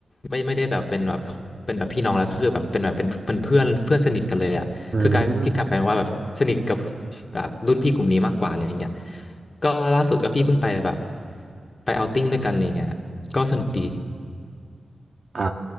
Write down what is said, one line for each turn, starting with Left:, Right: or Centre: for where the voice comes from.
Left: ไม่ไม่ได้แบบเป็นแบบเป็นแบบพี่น้องแล้วก็คือแบบเป็นแบบเป็นเป็นเพื่อนเพื่อนสนิทกันเลยอ่ะคือกลายพี่กลับกลายเป็นว่าแบบสนิทกับ
Right: อืม
Left: แบบรุ่นพี่กลุ่มนี้มากกว่าอะไรอย่างเงี้ยก็ล่าสุดก็พี่เพิ่งไปแบบไปเอาท์ติ้งด้วยกันอะไรเงี้ยก็สนุกดี
Right: อ่า